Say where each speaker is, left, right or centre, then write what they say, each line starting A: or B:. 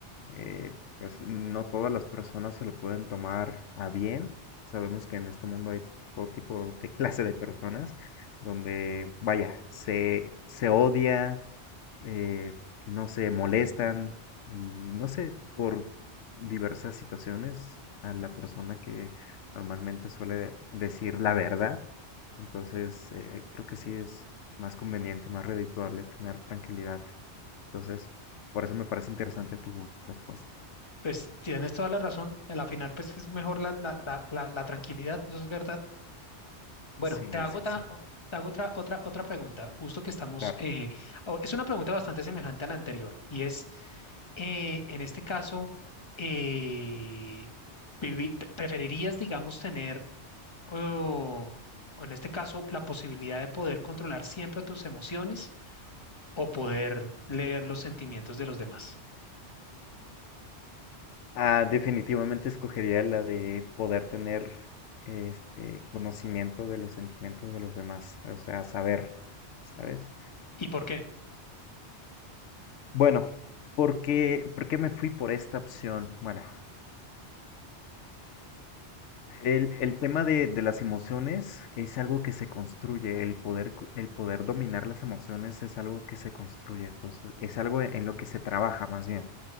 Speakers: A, on the left; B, on the left.
A: eh, pues no todas las personas se lo pueden tomar a bien. Sabemos que en este mundo hay todo tipo de <laughs> clase de personas donde, vaya, se, se odia, eh, no sé, molestan, y no sé, por diversas situaciones a la persona que normalmente suele decir la verdad. Entonces, eh, creo que sí es más conveniente, más redituable tener tranquilidad. Entonces, por eso me parece interesante tu respuesta.
B: Pues tienes toda la razón. En la final, pues es mejor la, la, la, la, la tranquilidad, eso es verdad. Bueno,
A: Sí,
B: te hago,
A: sí,
B: ta-
A: sí,
B: o- te hago otra, otra, otra pregunta, justo que estamos.
A: claro.
B: eh, o- es una pregunta bastante semejante a la anterior, y es, eh, en este caso, eh, vivi- pre- ¿preferirías, digamos, tener, o o en este caso, la posibilidad de poder controlar siempre tus emociones o poder leer los sentimientos de los demás?
A: Ah, definitivamente escogería la de poder tener este conocimiento de los sentimientos de los demás, o sea, saber, ¿sabes?
B: ¿Y por qué?
A: Bueno, ¿por qué, por qué me fui por esta opción? Bueno, el, el tema de, de las emociones es algo que se construye, el poder, co- el poder dominar las emociones es algo que se construye, entonces es algo en lo que se trabaja más bien,